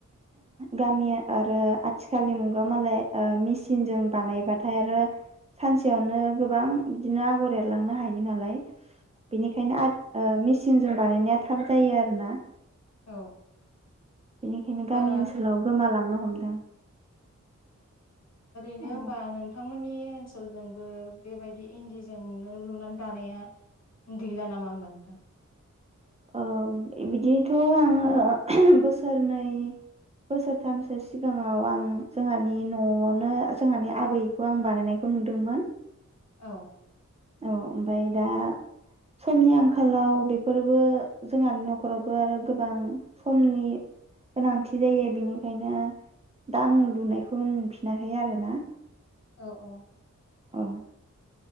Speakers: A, on the right (about 20°); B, on the left (about 60°).
A: गामि आरो
B: औ
A: आथि खालि मुगा मालाय मिेसिनजों बानायबाथाय आरो सानसेयावनो गोबां बिदिनो आगर एरलांनो हायो नालाय। बेनिखायनो आद ओ मिसिनजों बानायनाया थाब जायो आरो ना।
B: औ
A: बेनिखायनो
B: होमबा
A: गामि ओनसोलाव गोमालां नो हमदों।
B: मानो होबा
A: औ
B: नोंथांमोननि बओनसोलजोंबो बेबायदि इन्दिजोंनो लुनानै दानाया गैला नामा होमबा नोंथां?
A: ओ बिदिथ' आङो बोसोरनै बोसोरथामसो सिगाङाव आं जोंहानि न'आवनो जोंहानि आबैखौ आं बानायनायखौ नुदोंमोन
B: औ
A: औ ओमफ्राय दा समनि आंखालाव बेफोरबो जोंहानि न'खरावबो आरो गोबां समनि गोनांथि जायो बेनिखायनो दा आं लुनायखौ नुफिनाखै आरोना
B: औ औ
A: अ